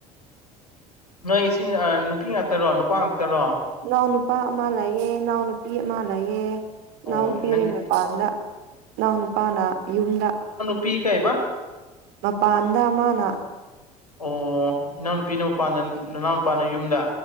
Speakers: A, on the left; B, on the right.
A: ꯅꯣꯏ ꯏꯆꯤꯟ ꯅꯨꯄꯤ ꯉꯥꯛꯇꯔꯣ ꯅꯨꯄꯥ ꯉꯥꯛꯇꯔꯣ
B: ꯏꯅꯥꯎ ꯅꯨꯄꯥ ꯑꯃ ꯂꯩꯌꯦ ꯏꯅꯥꯎ ꯅꯨꯄꯤ ꯑꯃ ꯂꯩꯌꯦ ꯏꯅꯥꯎ
A: ꯑꯣ
B: ꯅꯨꯄꯤꯗꯤ
A: ꯅꯪꯒꯤ
B: ꯃꯄꯥꯟꯗ ꯐꯅꯥꯎ ꯅꯨꯄꯥꯅ ꯌꯨꯝꯗ
A: ꯄꯤ ꯀꯥꯏꯕ
B: ꯃꯄꯥꯗ ꯃꯅꯥ
A: ꯑꯣ ꯏꯅꯥꯎꯅꯨꯄꯤꯅ ꯃꯄꯥꯟꯗ ꯅꯅꯥꯎ ꯅꯨꯄꯥꯅ ꯌꯨꯝꯗ